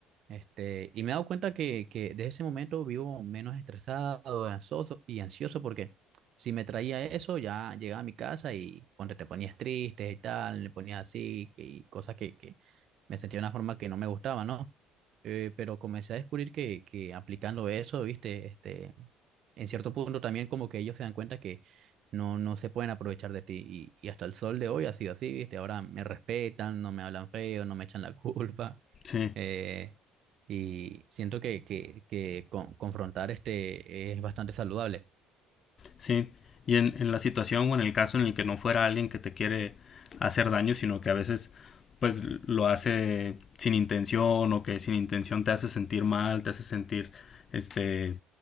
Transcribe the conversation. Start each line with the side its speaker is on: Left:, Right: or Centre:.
Right: Este, y me he dado cuenta que, que desde ese momento vivo menos estresado, ansioso y ansioso porque si me traía eso, ya llegaba a mi casa y ponte, te ponías triste y tal, le ponías así que- y cosas que, que me sentía de una forma que no me gustaba, ¿no? Eh, pero comencé a descubrir que, que aplicando eso, viste, este, en cierto punto también como que ellos se dan cuenta que no, no se pueden aprovechar de ti y, y hasta el sol de hoy ha sido así, viste, ahora me respetan, no me hablan feo, no me echan la culpa
Left: sí.
Right: eh, y siento que, que, que con- confrontar este es bastante saludable.
Left: Sí, y en, en la situación o en el caso en el que no fuera alguien que te quiere hacer daño, sino que a veces pues lo hace sin intención o que sin intención te hace sentir mal, te hace sentir este